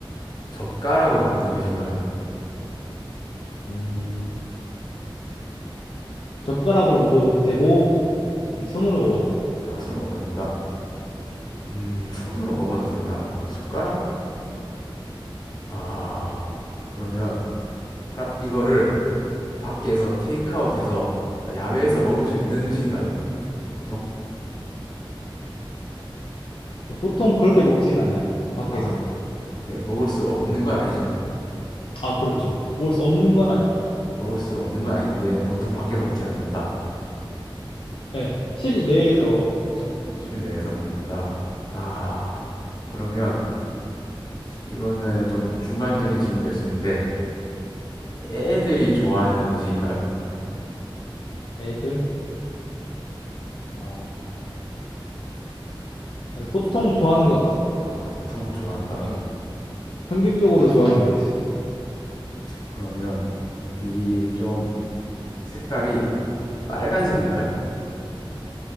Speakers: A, on the left; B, on the left.
A: 젓가락으로 먹는 음식인가요?
B: 음. 젓가락으로 먹어도 되고 이제 손으로 먹어도 돼요.
A: 아, 손으로 먹어도 된다. 음, 손으로 먹어도 된다. 근데 젓가락? 아하. 그러면 사람 이거를 밖에서 테이크아웃해서 그러니까 야외에서 먹을 수 있는 음식인가요? 보통?
B: 어, 보통 그렇게 먹진 않아요. 밖에서는.
A: 아, 네, 먹을 수 없는 건 아니죠.
B: 아, 그렇죠. 먹을 수 없는 건 아니에요.
A: 먹을 수 없는 건 아닌데 보통 밖에서 먹진 않는다.
B: 네, 실내에서 먹죠.
A: 음, 실내에서 먹는다. 아, 그러면 이거는 좀 주관적인 질문이 될 수 있는데 애들이 좋아하는 음식인가요?
B: 애들. 어, 근데 보통 좋아하는 것 같아요.
A: 아, 보통 좋아한다.
B: 네, 평균적으로 좋아하는 것 같아요.
A: 그러면 이 좀 색깔이 빨간색인가요?